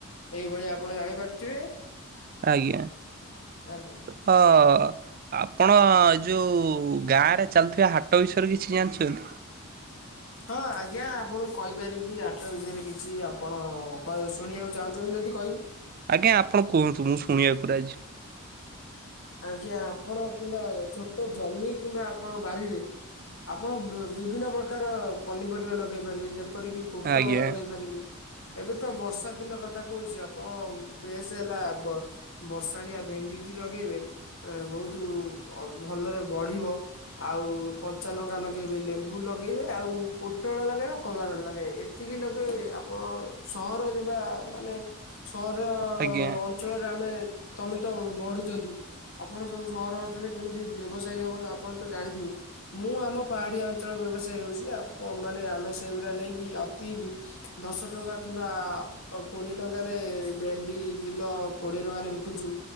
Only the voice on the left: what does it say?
ଏଇଭଳି ଆପଣ ଜାଣିପାରୁିଥିବେ।
ଆଜ୍ଞା
ହଁ, ଆଜ୍ଞା, ଆପଣଙ୍କୁ କହିପାରିବି, ହାଟ ବିଷୟରେ କିଛି ଆପଣ-ଣ କସ୍ ଶୁଣିଆକୁ ଚାହୁଁଛନ୍ତି ଯଦି କହିବି।
ଆଜ୍ଞା, ଆପଣ କିମ୍ବା ଛୋଟ ଜମି କିମ୍ବା, ଆପଣ ବାରିରେ ଆପଣ ବିଭିନ୍ନ ପ୍ରକାର ପନିପରିବା ଲଗେଇ ପାରିବେ। ଯେପରିକି ପୋଟଳ
ଲଗେଇ ପାରିବେ। ଏବେ ତ ବର୍ଷା ଦିନ କଥା କହୁଛି, ଆପଣ ବେଶ ହେଲା ବ ବର୍ଷାଳିଆ ଭେଣ୍ଡିଟି ଲଗେଇବେ, ବହୁତ ଭଲରେ ବଢିବ। ଆଉ, କଞ୍ଚା ଲଙ୍କା ଲଗେଇବେ, ଲେମ୍ବୁ ଲଗେଇବେ, ଆଉ ପୋଟଳ ଲଗେଇବେ, କଲର ଲଗେଇବେ। ଏତିକି ଲଗେଇବେ ଆପଣ, ସହର ଯେବା ମାନେ ସହର-ଅ-ଅଞ୍ଚଳରେ
ଆମେ ତମେ ତ ବଢୁଛନ୍ତି। ଆପଣ ସବୁ ସହର ଅଞ୍ଚଳରେ କେମିତି ବ୍ୟବସାୟୀ ହେବ, ତ ଆପଣ ତ ଜାଣିଥିବେ। ମୁଁ ଆମ ପାହାଡିଆ ଅଞ୍ଚଳ ବ୍ୟବସାୟ ହେଉଛି ଆ ମାନେ ଆମେ ସେଇଗୁରା ନେଇକି ଅତି ବି ଦଶ ଟଙ୍କା କିମ୍ବା-ଆ ଅ କୋଡିଏ ଟଙ୍କାରେ ଭେଣ୍ଡି କିଲୋ କୋଡିଏ ଟଙ୍କାରେ ବିକୁଛୁ।